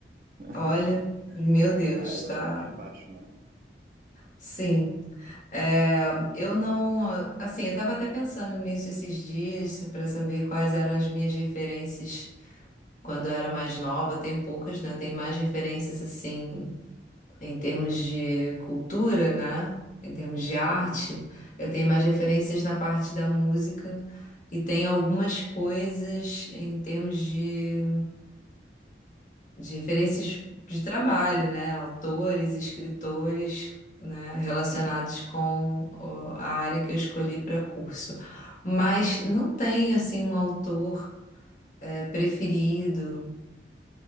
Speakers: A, on the right; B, on the left.
A: <laughs>
B: Olha, meu Deus,
A: A régua
B: tá.
A: tá lá embaixo, né?
B: Sim. É, eu não, ah, assim, eu tava até pensando nisso esses dias para saber quais eram as minhas referências quando eu era mais nova. Eu tenho poucas, né? Eu tenho mais referências assim em termos de cultura, né? Em termos de arte,
A: Uhum,
B: eu tenho mais referências na parte da música e tenho algumas coisas em termos de, de referências de trabalho, né? Autores, escritores, né? Relacionados
A: sim.
B: com ó, a área que eu escolhi para curso. Mas não tenho, assim, um autor eh, preferido.